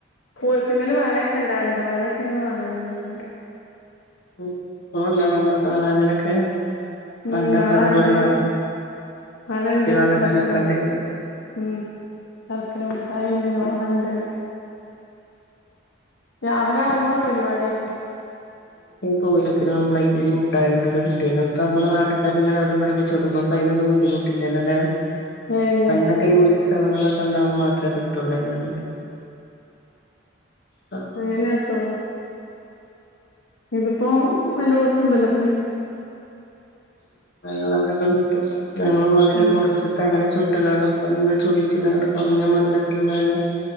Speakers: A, on the left; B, on the left.
A: പുരതങ്ങൽ വാളൊക്കെ ഇണ്ടാവലുണ്ട് വാളയൊക്കെ ഇങ്ങൾ വാങ്ങല്ണ്ടോന്ന്
B: <unintelligible> അങ്ങനൊക്കെ
A: ഉം
B: പണ്ടൊക്കെ
A: വളണ്ട്
B: അത പോയി വ
A: വളണ്ട്
B: കുപ്പി വന്ന
A: ശർക്കര
B: കാലൊക്കെ
A: മു
B: ഉണ്ടുന്നല്ല
A: ഉം ശർക്കര മിഠായിണ്ട് വളണ്ട് രാവിലെ ആവോളും പരിവാടിന്നെ
B: പൂരത്തിൻ പോവുമ്മ്പളെ ഇത് ഈ മുട്ടായിന്റേത് പിന്നെപ്പം നമ്മളനാട്ട്തന്നെങ്ങന <unintelligible> ഇപ്പൊ അതിനൊന്നും ബുദ്ധിമുട്ടില്ലല്ലോല്ലേ
A: ഏ ഇല്ലല്ല
B: പണ്ടൊക്കെ ഈ <unintelligible> അസുഖങ്ങളൊക്കെ ഉണ്ടുവുമ്പോ മാത്രേ കിട്ടുള്ളൂ <unintelligible> ഹേ ആ
A: അതെന്നെ കിട്ടുള്ളു ഇതിപ്പോ എല്ലോടത്തുണ്ടല്ലോ
B: ഞങ്ങളവിടെക്കെ കിട്ടും ഞങ്ങള് മധുരം
A: ഉം
B: കുറച്ചിട്ട് അങ്ങനെ ചുട്ടുകാണ്ട അതൊന്ന് <unintelligible> ക്കാണ്ട് കുറഞ്ഞ മധുരത്തിലുള്ളതല്ലെ